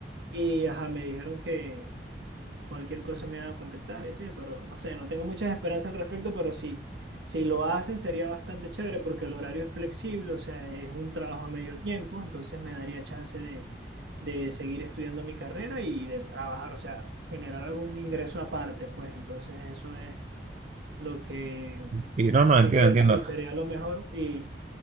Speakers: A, on the right; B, on the right.
A: Y ajá, me dijeron que cualquier cosa me van a contactar, ese, pero no sé, no tengo muchas esperanzas al respecto, pero sí, si lo hacen sería bastante chévere porque el horario es flexible, o sea, es un trabajo a medio tiempo, entonces me daría chance de, de seguir estudiando mi carrera y de trabajar, o sea, generar algún ingreso aparte, pues entonces eso es lo que
B: Sí, no, no,
A: quisiera,
B: entiendo, entiendo.
A: sí, sería lo mejor y...